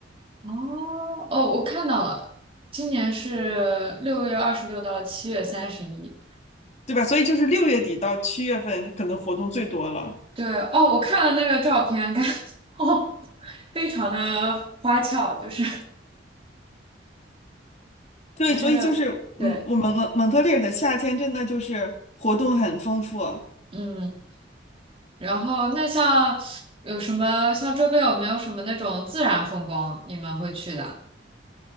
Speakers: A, on the right; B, on the left.
A: 哦哦，我看到了，今年是六月二十六到七月三十一。
B: 对吧？所以就是六月底到七月份可能活动最多了。
A: 对哦，我看了那个照片，感觉 <laughs> 哦，非常的花俏，就是
B: 对，
A: 还是很对，
B: 所以就是，嗯，我们蒙蒙特利尔的夏天真的就是活动很丰富。
A: 嗯。然后那像有什么像周边有没有什么那种自然风光你们会去的？